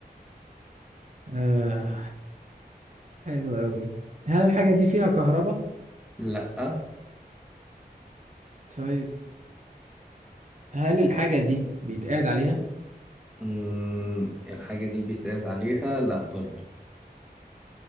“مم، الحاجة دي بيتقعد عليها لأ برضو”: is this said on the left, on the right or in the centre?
Centre